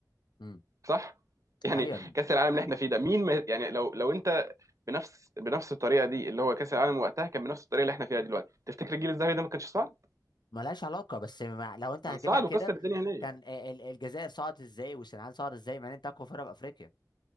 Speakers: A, on the left (about 80°); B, on the right (about 45°).
A: امم
B: صح <laughs> يعني
A: ايوه
B: كاس العالم اللي احنا فيه ده مين ما يعني لو لو انت بنفس بنفس الطريقه دي اللي هو كاس العالم وقتها كان بنفس الطريقه اللي احنا فيها دلوقتي تفتكر الجيل الذهبي ده ما كانش صعب
A: ملهاش علاقة بس مع... لو انت هتجيبها
B: كان صعد
A: كده
B: وكسر الدنيا هناك
A: كان ال- ال- الجزائر صعدت ازاي والسنغال صعدت ازاي مع ان انت اقوى فرقة بافريقيا